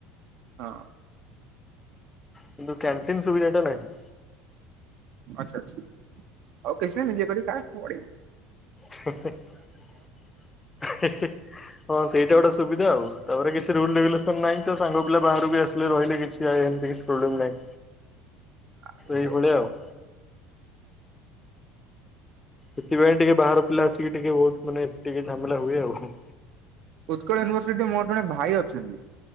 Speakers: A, on the right; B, on the left.
A: ହଁ।
B: କିନ୍ତୁ କ୍ୟାନ୍ଟିନ ସୁବିଧା ଟା ନାହିଁ।
A: ଆଚ୍ଛା ଆଚ୍ଛା ଆଉ କିଛି ନାହିଁ ନିଜେ କରି ଖା ପଳେ
B: ହେଁ ହେଁ ହେଁ ହଁ ସେଇଟା ଗୋଟେ ସୁବିଧା ଆଉ ତାପରେ କି ରୁଲ ରେଗୁଲେସ ନାହିଁ ତ ସାଙ୍ଗ ପିଲା ବାହାରୁ ବି ଆସିଲେ ରହିଲେ କିଛି ଏମିତି କି ପ୍ରୋବ୍ଲେମ ନାହିଁ।
A: ଆହୁରି ବଢିଆ।
B: ଏଇଭଳିଆ ଆଉ। ସେଥିପାଇଁ ଟିକେ ବାହାର ପିଲା ଆସିକି ଟିକେ ବହୁତ ମାନେ ଟିକେ ଝାମେଲା ହୁଏ ଆଉ।
A: ଉତ୍କଳ ୟୁନିଭର୍ସିଟିରେ ମୋର ଜଣେ ଭାଇ ଅଛନ୍ତି।